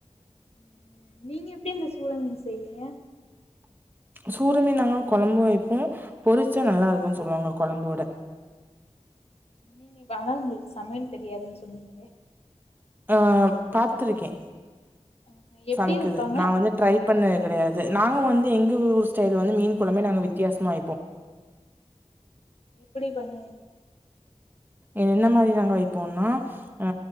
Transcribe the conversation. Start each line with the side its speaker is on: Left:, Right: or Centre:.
Left: ம் நீங்க எப்டி இந்த சூர மீன் செய்வீங்க
Right: சூர மீன் நாங்க கொழம்பு வைப்போ பொறிச்சா நல்லாருக்குன்னு சொல்லுவாங்க கொழம்போட
Left: நீங்க இப்ப அதா உங்ளுக்கு சமையல் தெரியாதுன்னு சொன்னீங்களே
Right: ஆ பாத்துருக்கே
Left: ஆஹ எப்டி
Right: சமைக்குது
Left: வைப்பாங்க
Right: நா வந்து ட்ரை பண்ணது கெடையாது நாங்க வந்து எங்க ஊர் ஸ்டைல் வந்து மீன் கொழம்பே நாங்க வித்தியாசமா வைப்போ
Left: எப்படி பண்ணுவீங்க
Right: என்ன மாரி நாங்க வைப்போன்னா ஆ